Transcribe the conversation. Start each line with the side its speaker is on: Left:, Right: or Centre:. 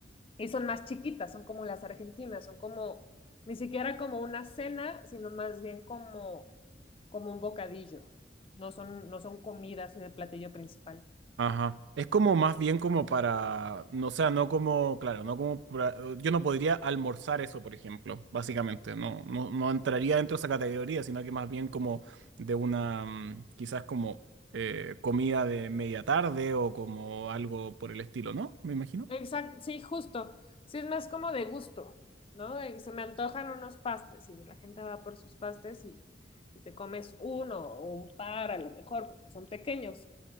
Left: Y son más chiquitas, son como las argentinas, son como, ni siquiera como una cena, sino más bien como, como un bocadillo. No son, no son comida así de platillo principal.
Right: Ajá. Es como más bien como para, no, o sea, no como, claro, no como, pra- yo no podría almorzar eso, por ejemplo, básicamente, no, no, no entraría dentro de esa categoría, sino que más bien como de una, mm, quizás como eh, comida de media tarde o como algo por el estilo, ¿no? Me imagino.
Left: Exacto, sí, justo. Sí, es más como de gusto, ¿no? Eh, Se me antojan unos pastes y la gente va por sus pastes y, y te comes uno o un par a lo mejor, porque son pequeños,